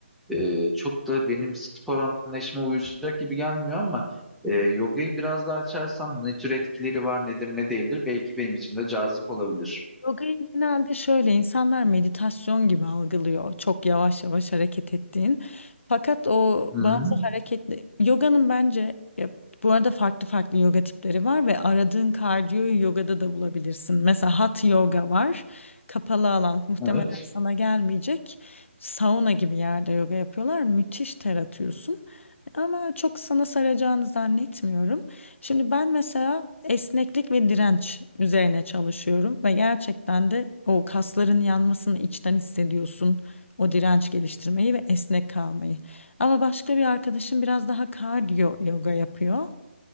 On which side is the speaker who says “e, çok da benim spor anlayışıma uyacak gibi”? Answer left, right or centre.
Centre